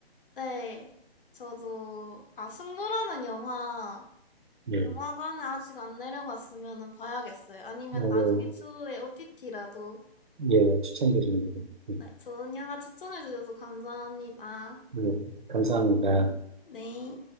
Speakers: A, on the left; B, on the right.
A: 네. 저도 아 승부라는 영화
B: 예.
A: 영화관에 아직 안 내려갔으면은 봐야겠어요. 아니면
B: 어,
A: 나중에 추후에 OTT라도
B: 예, 예, 추천드립니다. 예,
A: 네, 좋은 영화 추천해 주셔서 감사합니다.
B: 예, 감사합니다.
A: 네.